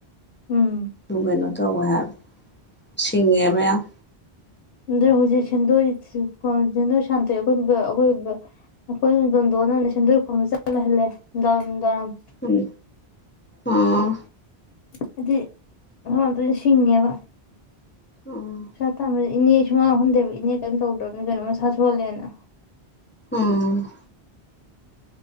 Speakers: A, on the left; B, on the left.
A: ꯎꯝ
B: ꯑꯗꯨꯝ ꯀꯩꯅꯣ ꯇꯧꯋꯦ ꯍꯥꯏ ꯁꯤꯡꯉꯦꯕ ꯌꯥꯝ
A: ꯑꯗꯣ ꯍꯧꯖꯤꯛ ꯁꯦꯟꯗꯣꯏ ꯁꯦꯟꯗꯣꯏ ꯁꯥꯟꯇꯣꯛꯑꯦ ꯑꯈꯣꯏ ꯑꯈꯣꯏ ꯑꯩꯈꯣꯏ ꯗꯣꯟꯗꯣꯟꯅꯅ ꯁꯦꯟꯗꯣꯏ ꯈꯣꯝꯕ ꯆꯠ ꯂꯩꯍꯜꯂꯦ ꯅꯨꯡꯗꯥꯡ ꯋꯥꯏꯔꯝ ꯅꯨꯡꯗꯥꯡ ꯋꯥꯏꯔꯝ
B: ꯎꯝ ꯑꯥ
A: ꯍꯥꯏꯗꯤ ꯑꯉꯥꯡꯗꯨ ꯁꯤꯡꯉꯦꯕ
B: ꯎꯝ
A: ꯄꯩꯁꯥ ꯇꯥꯟꯕ ꯏꯅꯦ ꯁꯨꯡꯌꯥꯎ ꯌꯥꯎꯍꯟꯗꯦꯕ ꯏꯅꯦ ꯀꯔꯤꯝ ꯇꯧꯗ꯭ꯔꯒꯖꯨ ꯀꯩꯅꯣ ꯃꯁꯥ ꯁꯣꯜꯂꯦꯅ
B: ꯎꯝ